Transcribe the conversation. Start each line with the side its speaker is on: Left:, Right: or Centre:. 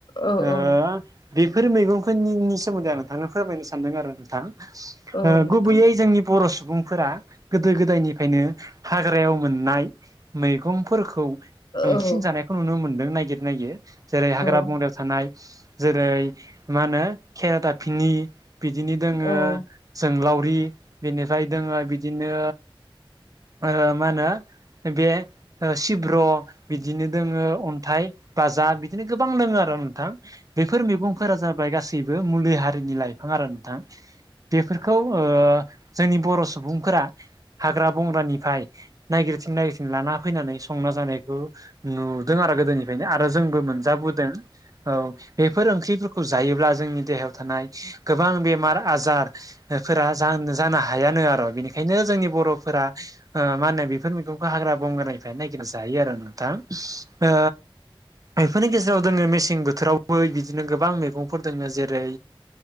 Left: औ
Right: हो
Left: औ
Right: बेफोर मैगंफोरनिनि सोमोन्दै आं नोंथांनो फोरमायनो सानदों आरो नोंथां। ओ
Left: औ नोंथां
Right: गुबैयै जोंनि बर' सुबुंफोरा गोदो गोदायनिफ्रायनो हाग्रायाव मोननाय मैगंफोरखौ बांसिन
Left: औ
Right: जानायखौ नुनो मोन्दों ननायागिर नागिर। जेरै हाग्रा-
Left: औ
Right: बंग्रायाव थानाय जेरै मा होनो खेरादाफसिनि। बिदिनो दोङो
Left: औ
Right: जोंगलावरि बेनिफ्राय दोङो बिदिनो। मा होनो बे सिब्र' बिदिनो दोङो अन्थाइ बाजाब बिदिनो गोबां दोङो आरो नोंथां बेफोर मैगंफोरा जाबाय गासै बेफोरो मुलि हारिनि लाइफां आरो नोंथां बेफोरखौ ओ जोंनि बर' सुबुंफोरा हाग्रा बंग्रानिफ्राय नायगिरथिं नायगिरथिं लाना फैनानै संना जानायखौ नुदों आरो गोदोनि नो आरो जोंबो मोनजोदों औ बेफोर ओंफोरखौ जायोब्ला जोंनि देहायाव थानाय गोबां बेमार आजार फोरा जा जानो हायानो आरो बिनिखायनो जोंनि बर'फोरा ओ मा होनो बेफोर मैगंखौ हाग्रा- बंग्रानिफ्राय नायगिरना जायो आरो नोंथां। ओ बेफोरनि गेजेराव दोङो मेसें बोथोरावबो बिदिनो गोबां मैगंफोर दङ जेरै